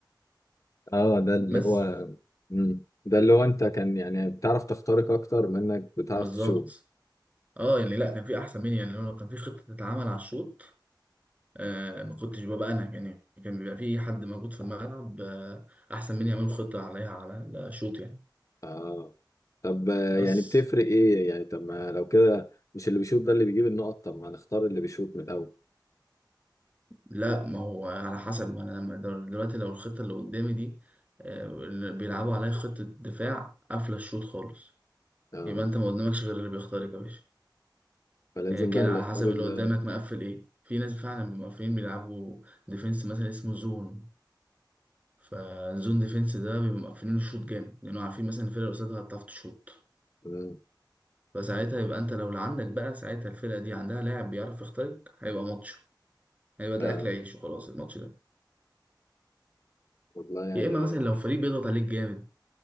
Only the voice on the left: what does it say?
اه ده اللي
هو مم. ده اللي هو انت كان يعني بتعرف تخترق اكتر منك بتعرف
تشوف
اه طب آه،
يعني بتفرق ايه يعني طب ما لو كده مش اللي بيشوط ده اللي بيجيب النقط طب ما نختار اللي بيشوط من الاول
اه
فلازم
بقى اللي
يخترق
ده
مم.
اه
والله يعني